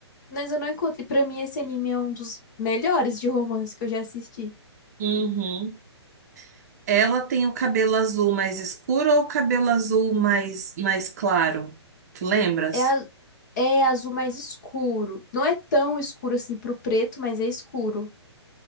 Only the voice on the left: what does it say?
mas eu não encontro. E pra mim, esse anime é um dos melhores de romance que eu já assisti.
É, a- é azul mais escuro. Não é tão escuro assim pro preto, mas é escuro.